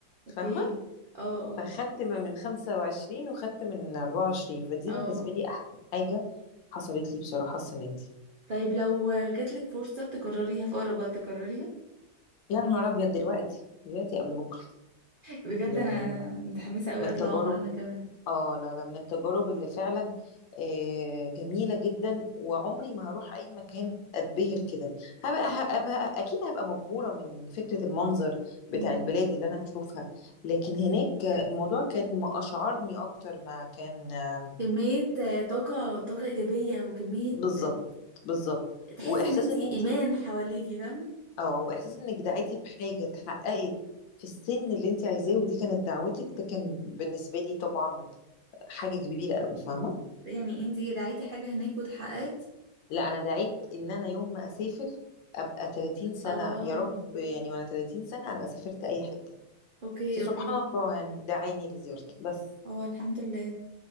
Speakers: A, on the right; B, on the left.
A: اوكي
B: فاهمه
A: اه اه
B: فخدت ما من 25 وخدت من 24 فدي
A: اه
B: بالنسبه لي احسن حاجه حصلت لي بصراحه السنه دي
A: طيب لو جاتلك فرصة تكرريها في أقرب وقت تكرريها
B: يا نهار ابيض دلوقتي دلوقتي قبل بكره
A: بجد
B: يعني
A: أنا
B: من
A: متحمسة أوي
B: التجارب
A: أطلع عمرة أنا كمان
B: اه لا لا من التجارب اللي فعلا آه، جميلة جدا وعمري ما هروح أي مكان أتبهر كده هبقى, هبقى أكيد هبقى مبهورة من فكرة المنظر بتاع
A: مم.
B: البلاد اللي أنا هشوفها لكن هناك الموضوع كان ما أشعرني أكتر ما كان آم،
A: كمية آه، طاقة طاقة إيجابية وكمية
B: بالظبط
A: آه،
B: بالظبط
A: تحسي
B: وإحساس
A: إن أنتي
B: إن أنت
A: إيمان حواليكي فاهمة
B: اه وإحساس إنك دعيتي بحاجة اتحققت في السن اللي أنت عايزاه ودي كانت دعوتك ده كان بالنسبة لي طبعا حاجة كبيرة قوي فاهمة
A: يعني أنتي دعيتي حاجة هناك واتحققت
B: لا انا دعيت ان انا يوم ما اسافر ابقى 30 سنه
A: اه
B: يا رب يعني وانا 30 سنه ابقى سافرت اي حته
A: اوكي
B: فسبحان
A: اوكي
B: الله يعني دعاني لزيارته بس
A: اه الحمد لله